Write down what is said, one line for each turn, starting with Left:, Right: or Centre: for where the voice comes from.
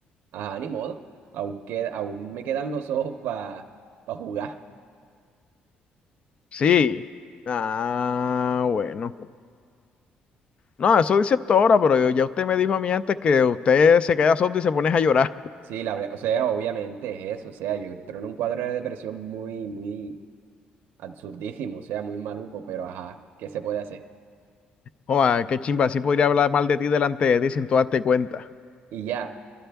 Right: a ni modo. Aún, qued- aún me quedan los ojos para jugar.
Left: Sí. Ah, bueno. No, eso dice esto ahora, pero yo- ya usted me dijo a mí antes que usted se queda sordo y se pone a llorar. <laughs>
Right: Sí, la, verdad- o sea, obviamente es eso. O sea, yo entro en un cuadro de depresión muy, muy absurdísimo. O sea, muy maluco. Pero ajá, ¿qué se puede hacer?
Left: Joder, qué chimba, así podría hablar mal de ti delante de ti sin tú darte cuenta.
Right: Y ya.